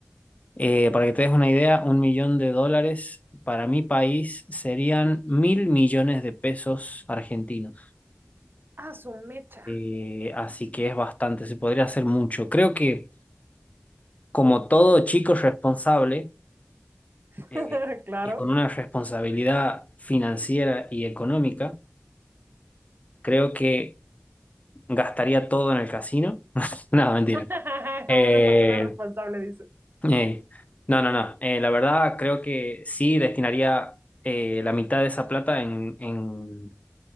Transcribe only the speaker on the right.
A su mecha.
<laughs>
Claro.
<laughs>
Una persona responsable dice.